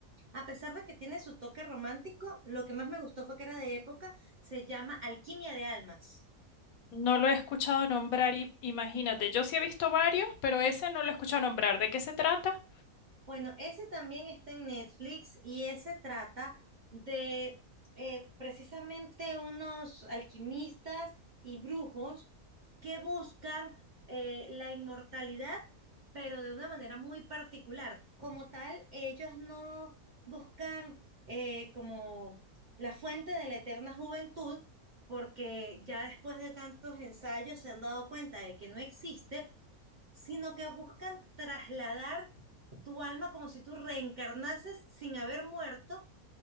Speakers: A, on the right; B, on the left.
A: A pesar de que tiene su toque romántico, lo que más me gustó fue que era de época. Se llama Alquimia de Almas.
B: No lo he escuchado nombrar, y- imagínate. Yo sí he visto varios, pero ese no lo he escuchado nombrar. ¿De qué se trata?
A: Bueno, ese también está en Netflix y ese trata de eh, precisamente unos alquimistas y brujos que buscan eh, la inmortalidad, pero de una manera muy particular. Como tal, ellos no buscan eh, como la fuente de la eterna juventud, porque ya después de tantos ensayos se han dado cuenta de que no existe, sino que buscan trasladar tu alma como si tú reencarnases sin haber muerto